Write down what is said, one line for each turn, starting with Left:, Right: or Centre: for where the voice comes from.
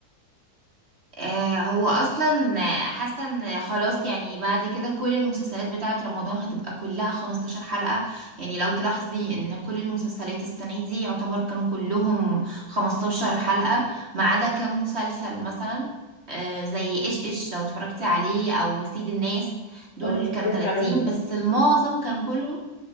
Right: آه، هو اصلا آه، حاسه ان خلاص يعني بعد كده كل المسلسلات بتاعه رمضان هتبقى كلها 15 حلقه يعني لو تلاحظي ان كل المسلسلات السنه دي يعتبر كانوا كلهم 15 حلقه ما عدا كام مسلسل مثلا آه، زي ايش ايش لو اتفرجتي عليه او سيد الناس دول
Left: اه
Right: كانوا
Left: سمعت
Right: 30
Left: عنه
Right: بس المعظم كان كله